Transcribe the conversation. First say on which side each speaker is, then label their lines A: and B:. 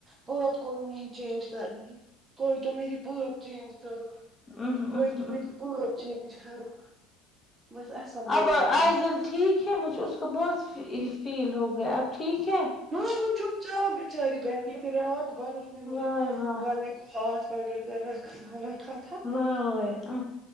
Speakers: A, on the right (about 20°); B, on the left (about 20°).
A: پورپ کوئی نہیں چینج کرنی کوئی تو میری پورپ چینج کرو
B: ہاں
A: کوئی تو میری پورپ چینج کرو بس ایسا بولتا
B: اب
A: ہے
B: ایزل ٹھیک ہے مجھے اس کو بہت فی فیل ہو گیا اب ٹھیک ہے
A: ہاں وہ چپ چاپ بچاری بیٹھی تھی رات بھر اس نے مجھے
B: واہ واہ
A: گلے کو ہاتھ پکڑ کر رکھا رکھا تھا
B: واہ واہ